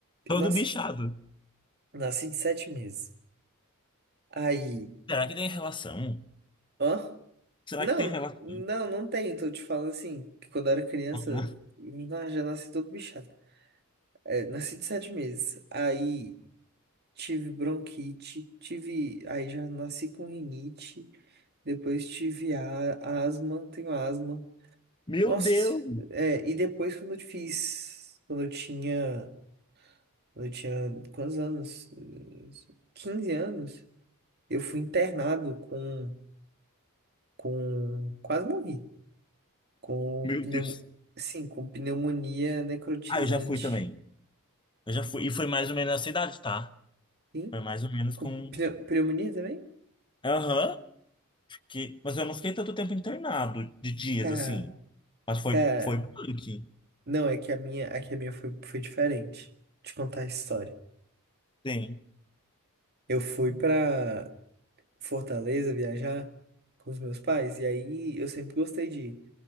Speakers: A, on the right (about 45°); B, on the left (about 20°).
A: Eu
B: Todo
A: nasci.
B: bichado.
A: Nasci de sete meses. Aí.
B: Será que tem relação?
A: Hã?
B: Será
A: Não,
B: que tem relação?
A: não, não tem. Tô te falando assim, que quando eu era criança,
B: Aham.
A: na- já nasci todo bichado. É, nasci de sete meses. Aí tive bronquite, tive. Aí já nasci com rinite. Depois tive a, asma, tenho asma.
B: Meu
A: Nossa,
B: Deus!
A: é, e depois quando eu fiz. Quando eu tinha. Quando eu tinha quantos anos? Eh, 15 anos, eu fui internado com. Com. Quase morri. com
B: Meu
A: pneu...
B: Deus.
A: Sim, com pneumonia necrotizante.
B: Ah, eu já fui também. Eu já fui. E foi mais ou menos na cidade, tá?
A: Sim?
B: Foi mais ou menos
A: Com
B: com.
A: pneu- pneumonia também?
B: Aham. Que... Mas eu não fiquei tanto tempo internado de dias,
A: Cara,
B: assim. Mas foi,
A: cara.
B: foi punk.
A: Não, é que a minha, é que a minha foi, foi diferente. Te contar a história.
B: Sim,
A: Eu fui pra Fortaleza viajar com os meus pais, e aí eu sempre gostei de,